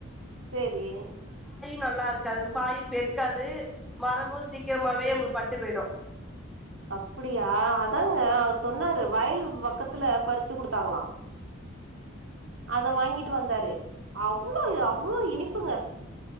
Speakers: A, on the right (about 65°); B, in the centre.
A: செரி
B: நல்லாயிருக் இருக்காதுங்க பாயு பெருக்காது மரமு சீக்கிரமாவே உங்களுக்கு பட் ட்டு போயிடு
A: அப்படியா அதாங்க அவரு சொன்னாரு வயல் பக்கத்துல பறிச்சு குடுத்தாங்களா அத வாங்கிட்டு வந்தாரு அவ்ளோ <unintelligible> அவ்ளோ இனிப்புங்க